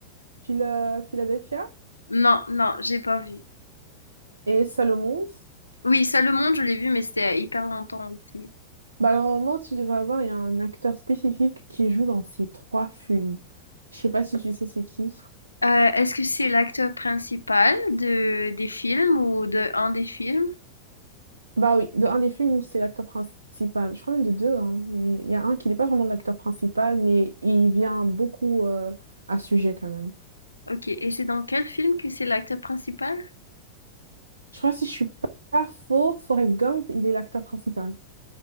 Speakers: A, on the right; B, on the left.
A: Phila- Philadelphia
B: Non, non, j'ai pas vu.
A: et Salomon.
B: Oui, ça, le monde, je l'ai vu, mais c'était il y a hyper longtemps aussi.
A: Bah, normalement, tu devrais avoir, il y a un acteur spécifique qui joue dans ces trois films. Je sais pas si tu sais c'est qui.
B: Euh, est-ce que c'est l'acteur principal de, des films ou de un des films?
A: Bah oui, de un des films, c'est l'acteur principal. Je crois même de deux, hein, mais il y a un qui n'est pas vraiment l'acteur principal, mais il vient beaucoup euh, à sujet quand même.
B: Ok, et c'est dans quel film que c'est l'acteur principal?
A: Je crois que si je suis pas faux, Forrest Gump, il est l'acteur principal.